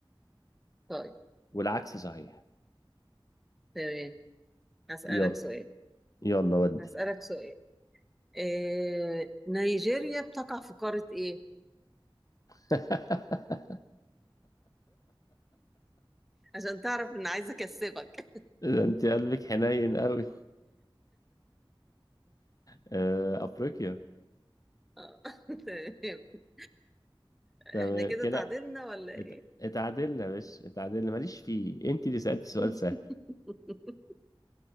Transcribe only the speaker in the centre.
طيب
تمام هسألك
سؤال
هسألك سؤال آه... نيجيريا بتقع في قارة ايه؟
عشان تعرف ان عايزة اكسبك
<laughs> اه تمام
احنا كده
تعادلنا ولا
ايه؟
<laughs>